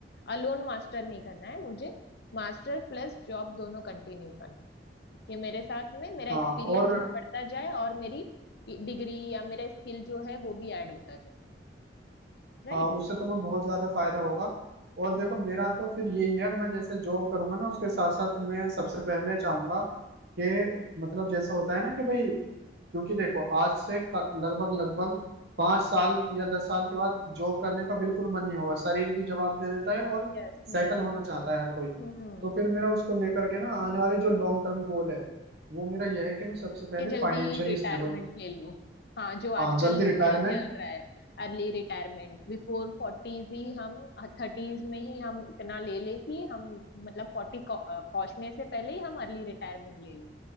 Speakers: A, on the left; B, on the right.
A: अलोन मास्टर नहीं करना है मुझे मास्टर प्लस जॉब दोनों कंटिन्यू करना है कि मेरे साथ में मेरा
B: हाँ
A: एक्सपीरियंस
B: और
A: भी बढ़ता जाए और मेरी डिग्री या मेरा स्किल जो है वो भी ऐड होता जाए राइट
B: हाँ उससे तुम्हें बहुत ज्यादा फायदा होगा और देखो
A: हम्म
B: मेरा तो फिर यही है मैं जैसे जॉब करूंगा ना उसके साथ साथ मैं सबसे पहले चाहूंगा कि मतलब जैसे होता है ना कि भाई क्योंकि देखो आज से क- लगभग लगभग पांच साल या दस साल के बाद जॉब करने का बिल्कुल मन नहीं होगा शरीर भी जवाब दे देता है और
A: यस
B: सेटल
A: नहीं होता
B: होना चाहता
A: है
B: है हर कोई
A: हम्म
B: तो फिर मेरा उसको लेकर के ना आने वाले जो लॉन्ग टर्म गोल है वो मेरा यह है कि मैं सबसे पहले
A: कि जल्दी
B: फाइनेंशियली
A: रिटायरमेंट
B: स्टेबल
A: ले लो हाँ जो आजकल
B: हाँ जल्दी
A: लोगों
B: रिटायरमेंट
A: का चल रहा है अर्ली रिटायरमेंट बिफोर फोर्टीज ही हम थर्टीज में ही हम इतना ले ले कि हम मतलब फोर्टी पहुंचने से पहले ही हम अर्ली रिटायरमेंट ले लें